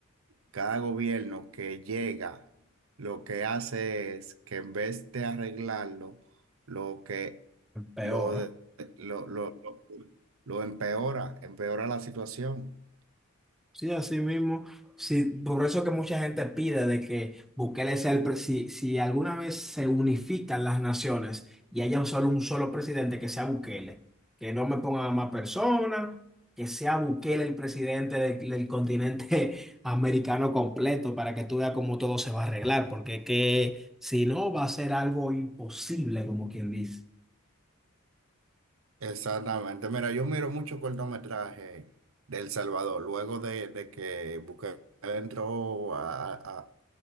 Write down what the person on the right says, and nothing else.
cada gobierno que llega, lo que hace es que en vez de arreglarlo, lo que
lo,
de- lo, lo, lo, lo empeora, empeora la situación.
Exactamente. Mira, yo miro mucho cortometraje de El Salvador. Luego de, de que Bukele entró a, a,